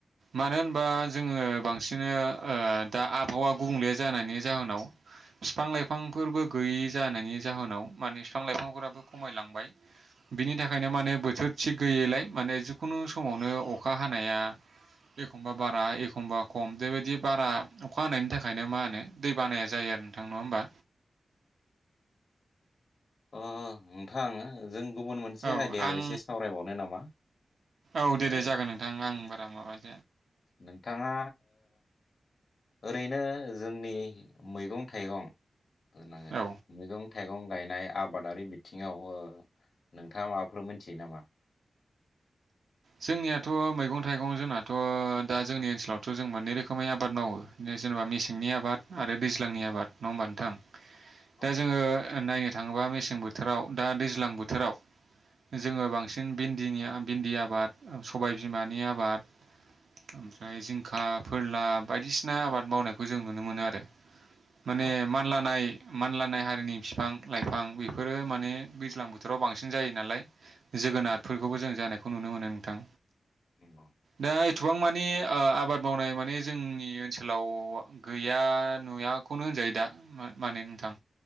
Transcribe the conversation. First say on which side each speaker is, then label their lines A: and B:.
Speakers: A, on the right (about 75°); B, on the left (about 50°).
A: मानो होनबा जोङो बांसिन ओ दा आबहावा गुबुंले जानायनि जाहोनाव फिफां लाइफांफोरबो गैयि जानायनि जाहोनाव माने फिफां लाइफांफोराबो खमायलांबाय। बिनि थाखायनो माने बोथोर थिग गैयैलाय माने जिखुनु समावनो अखा हानाया एखमबा बारा एखमबा खम बेबायदि बारा अखा हानायनि थाखायनो मा होनो दै बानाया जायो। नोंथां नङा होमबा
B: अ नोंथां आङो जों गुबुन मोनसे
A: औ
B: आयदायाव
A: आं
B: एसे सावरायबावनो नामा?
A: औ दे
B: ओ
A: दे जागोन नोंथां आं बारा माबानो
B: नोंथाङा ओरैनो जोंनि मैगं थाइगं मैगं
A: औ
B: <unintelligible> मैगं थाइगं गायनाय आबादारि बिथिंङाव नोंथाङा माबाफोर मोनथियो नामा
A: जोंनियाथ' मैगं थाइगं जोंनाथ' दा जोंनि ओनसोलावथ' जों मोननै रोखोमै आबाद मावो जेनेबा मेसेंनि आबाद आरो दैज्लांनि आबाद नङा होमबा नोंथां
B: औ
A: दा जोंङो नायनो थाङोबा मेसें बोथोराव दा दैज्लां बोथोराव जोंङो बांसिन भिन्दिनि भिन्दि आबाद सबाय बिमानि आबाद ओमफ्राय जिंखा फोरला बायदिसिना आबाद मावनायखौ जों नुनो मोनो आरो माने
B: नंगौ
A: मानलानाय मानलानाय हारिनि बिफां लाइफां बेफोरो माने दैज्लां बोथोराव बांसिन जायो नालाय जोगोनारफोरखौबो
B: उम
A: जों जानायखौ नुनो मोनो नोंथां
B: नंगौ
A: दा एसेबां मानि आबाद मावनाय माने जोंनि ओनसोलाव गैया नुयाखौनो जायो दा माने नोंथां